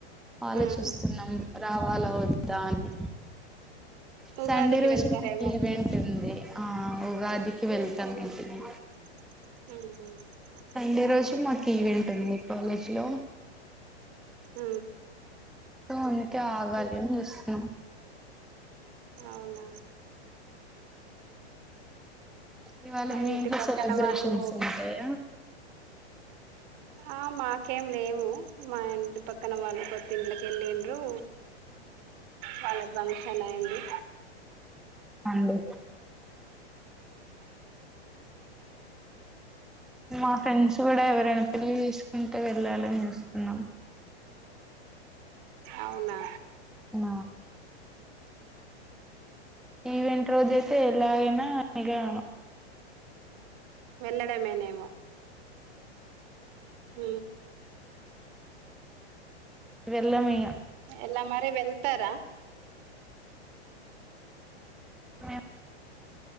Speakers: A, in the centre; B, on the right.
A: ఆలోచిస్తున్నాం
B: ఉహు
A: రావాలా వద్దా అని.
B: ఉగాదికి
A: సండే రోజు
B: వెళ్తారేమో
A: మాకు ఈవెంట్ ఉంది. ఆ ఉగాదికి వెళ్తం ఇంటికి
B: మ్ హు
A: సండే రోజు మాకు ఈవెంట్ ఉంది కాలేజీ లో
B: ఊ
A: ఆ అందుకే ఆగాలి అని జూస్తున్న
B: అవునా
A: ఇవాళ
B: మా
A: మీ
B: ఇంటి
A: ఇంట్లో
B: పక్కన
A: సెలబ్రేషన్స్
B: వాళ్ళు
A: ఉంటయా
B: ఆ మాకేం లేవు మా ఇంటి పక్కన వాళ్ళు కొత్త ఇంట్లొకి ఎల్లిండ్రు వాళ్లకి <unintelligible> ఎన్న ఏంది
A: అండి మా ఫ్రెండ్స్ కూడా ఎవరైనా పెళ్లి చేసుకుంటే వెళ్ళాలని చూస్తున్నాం
B: అవునా
A: ఆ ఈవెంట్ రోజు అయితే ఎలాగైనా ఇగా
B: వెళ్ళడమేనేమో ఊ
A: వెళ్ళమిగ
B: ఎలా మరి వెళ్తారా
A: మేం